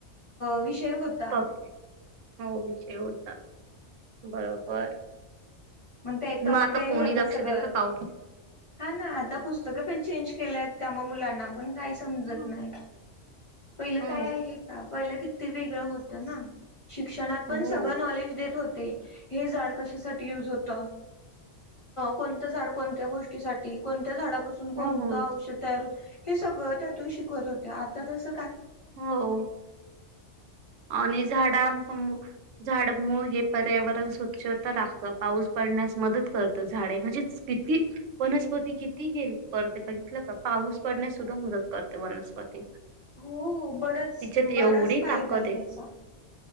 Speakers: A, on the left; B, on the right.
A: विषय होता
B: हो विषय होता बरोबर
A: मग त्याेत
B: आता
A: ते
B: कोणी
A: होत
B: लक्ष
A: सगळं
B: देतं का हो
A: हा ना आता पुस्तकं पण चेंज केल्यात त्या मग मुलाना आपण काही समजत
B: हम्म.
A: नाही पहिलं
B: हो
A: काय आहे का पहिलं किती वेगळं होतं ना शिक्षणात पण
B: हो
A: सगळं नॉलेज देत होत हे झाड कशासाठी यूज होत कोणत झाड कोणत्या गोष्टसाठी कोणत्या झाडा कोणतं
B: हो हो
A: औषध तयार हे सगळं त्यातून शिकवत होते आता जस
B: हो आणि झाडा झाड मुूळ हे पर्यावरण स्वच्छता राखत पाऊस पडण्यास मदत करत झाडे म्हणजे किती वनस्पती किती हे करते बघितलं का पाऊस पडण्यास सुद्धा मदत करते वनस्पती
A: हो बराच
B: तिच्यात एवढी
A: बराच फायदा
B: ताकद
A: आहे त्याचा